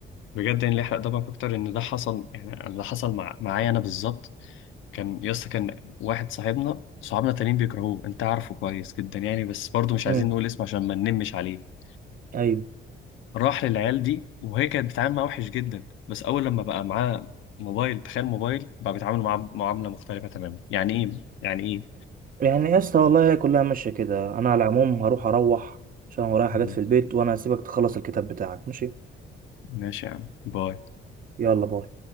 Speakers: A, on the left (about 80°); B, on the right (about 45°).
A: بجد يعني اللي يحرق دمك أكتر إن ده حصل يعني أنا ده حصل مع معايا أنا بالظبط كان يسطا كان واحد صاحبنا صحابنا تانيين بيكرهوه أنت عارفه كويس جدا يعني بس برضه مش
B: امم
A: عايزين نقول اسمه عشان ما ننمش عليه
B: ايوه
A: راح للعيال دي وهي كانت بتتعامل معاه وحش جدا بس أول لما بقى معاه موبايل تخيل موبايل بقى بيتعامل معاه معاملة مختلفة تماما يعني إيه يعني إيه
B: يعني يا اسطى والله هي كلها ماشيه كده انا على العموم هروح اروح عشان ورايا
A: مهم.
B: حاجات في البيت وانا هسيبك تخلص الكتاب بتاعك ماشي
A: ماشي يا عم باي
B: يلا باي